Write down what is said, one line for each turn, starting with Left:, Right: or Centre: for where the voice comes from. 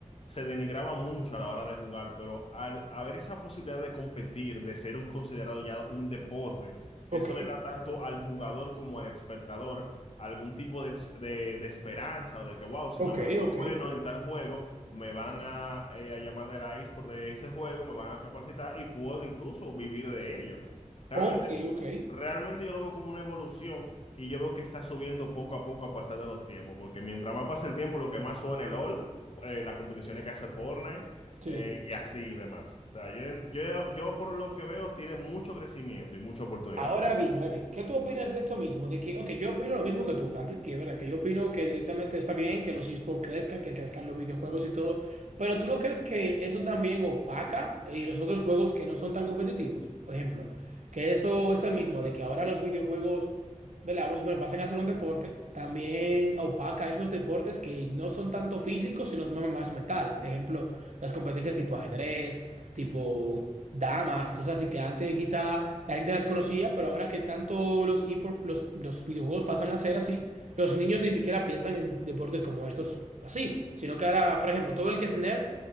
Left: se denigraba mucho a la hora de jugar, pero al haber esa posibilidad de competir, de ser un considerado ya un deporte,
Right: Ok,
Left: eso le da tanto al jugador como al espectador algún tipo de, ex- de- de esperanza o de que, wow, si
Right: ok,
Left: me vuelvo
Right: ok,
Left: bueno en tal juego, me van a, eh, a llamar de la eSport de ese juego, me van a capacitar y puedo incluso vivir de ello. Realmente,
Right: ok, ok,
Left: realmente yo lo veo como una evolución y yo veo que está subiendo poco a poco a pasar de los tiempos, porque mientras más pasa el tiempo, lo que más suena el LOL, eh, las competiciones que hace Fortnite
Right: sí.
Left: eh, y así y demás. O sea, yo, en- yo, yo por lo que veo tiene mucho crecimiento y muchas oportunidades.
Right: Ahora bien, ahora bien, ¿qué tú opinas de esto mismo? De que, ok, yo opino lo mismo que tú, antes que, ¿verdad? Que yo opino que directamente está bien que los esports crezcan, que crezcan los videojuegos y todo, pero ¿tú no crees que eso también opaca y los otros juegos que no son tan competitivos? Por ejemplo, que eso, eso mismo, de que ahora los videojuegos, ¿verdad? Vamos a poner, pasen a ser un deporte, también opaca esos deportes que no son tanto físicos, sino más, más mentales. Ejemplo, las competencias tipo ajedrez tipo damas y cosas así que antes quizá la gente las conocía, pero ahora que tanto los, epo- los, los videojuegos pasan a ser así, los niños ni siquiera piensan en deportes como estos así, sino que ahora, por ejemplo, todo el que es nerd